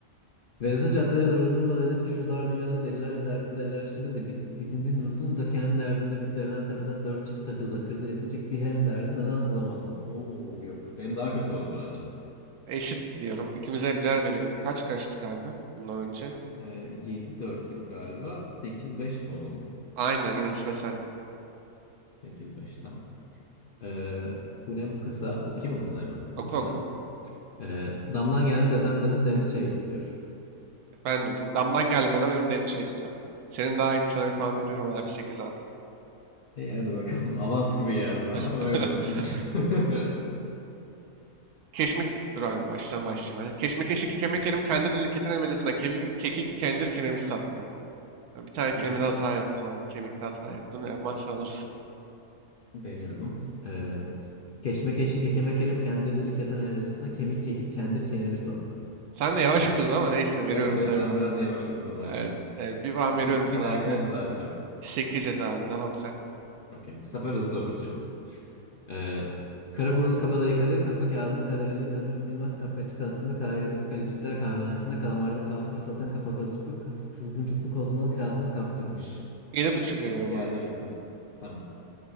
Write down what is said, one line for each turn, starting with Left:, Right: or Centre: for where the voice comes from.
Left: Vedat'ı caddede durdum da dedim ki şu dar dünyada delilerle dertli deliler içinde dibi- didindin durdun da kendi derdini döküp deriden tepeden dört çift takılla kırdı yetecek bir hem derdi neden bulamadın? Oo yok benim daha kötü oldu bence.
Right: Eşit diyorum. İkimize birer veriyorum. Kaç kaçtık abi bundan önce?
Left: Ee, 7-4'lük galiba sekiz beş mi oldu?
Right: Aynen yine sıra sende.
Left: Sekiz beş tamam. Ee, bu ne bu kısa okuyayım mı bunu hemen?
Right: Oku
Left: Okuyayım
Right: oku.
Left: hadi. Ee, damdan geldim dedem dedim demli çay istiyor.
Right: Ben de okuyayım. Damdan geldim. Neden dedim demli çay istiyor. Senin daha iyiydi. Sana bir puan veriyorum abi. sekiz altı
Left: İyi hadi bakalım <laughs> avans gibi geldi bana
Right: <laughs>
Left: ama öyle olsun. <laughs>
Right: keşme Dur abi baştan başlayayım ben. Keşmekeşi kekeme
Left: Hı.
Right: kerim kendi dili keten elmacasına kevin kekik kendir kenevir sattı. Ya Bir tane kelimede
Left: Oo,
Right: hata yaptım abi. Kemikte hata
Left: okey.
Right: yaptım. Elmas sen alırsın.
Left: Deniyorum. Ee, Keşmekeşlik Kekeme Kerim Kendirdili Keten Helvacısına Kemik Kekik Kendir Kenevir sattı.
Right: Sen de yavaş okudun ama neyse veriyorum
Left: Evet, be-
Right: sana bir
Left: ben
Right: puan.
Left: biraz yavaş okudum aynen.
Right: Evet. e, bir puan
Left: Ya
Right: veriyorum
Left: bir, bir
Right: sana
Left: dahakine
Right: abi.
Left: düzelteceğim.
Right: 8 7 abi. Devam sen.
Left: Okey, bu sefer hızlı okuyacağım. Ee, kara burunlu kabadayı Kadir, kafa kağıdını kaderleri Kadir Bilmez, Kapkaççı Kasım'da Kahire'deki Kalecikler Kahvehanesi'nde kalamarda kafırı satan kapakazuklu kuzguncuklu kozmalı Kazım'a kaptırmış.
Right: yedi buçuk veriyorum
Left: Bir iki yerde
Right: abi.
Left: gittim. Tamam.